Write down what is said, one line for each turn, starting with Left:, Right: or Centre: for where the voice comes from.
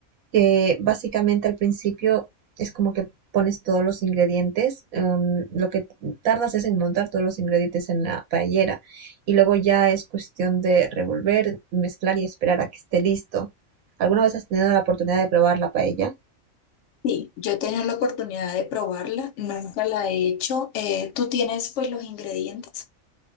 Right: que básicamente al principio es como que pones todos los ingredientes, em, lo que tardas es en montar todos los ingredientes en la paellera y luego ya es cuestión de revolver, mezclar y esperar a que esté listo. ¿Alguna vez has tenido la oportunidad de probar la paella?
Left: Sí, yo he tenido la oportunidad de probarla, nunca la he hecho. Eh, ¿tú tienes pues los ingredientes?